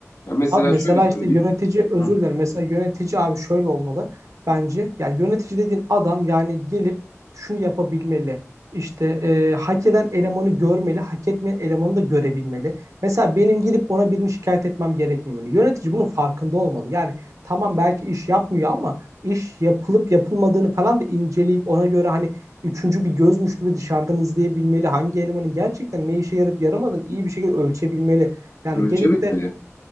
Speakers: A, on the left (about 85°); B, on the right (about 85°).
A: Yani mesela
B: Abi mesela
A: şöyle söyleyeyim.
B: işte yönetici özür
A: Hı,
B: dilerim. Mesela yönetici abi şöyle olmalı bence. Yani yönetici dediğin adam yani gelip şunu yapabilmeli. İşte e, hak eden elemanı görmeli, hak etmeyen elemanı da görebilmeli. Mesela benim gidip ona birini şikayet etmem gerekmemeli. Yönetici bunun farkında olmalı. Yani tamam belki iş yapmıyor ama iş yapılıp yapılmadığını falan da inceleyip ona göre hani üçüncü bir gözmüş gibi dışarıdan izleyebilmeli. Hangi elemanın gerçekten ne işe yarıp yaramadığını iyi bir şekilde ölçebilmeli. Yani
A: Ölçebilmeli.
B: gelip de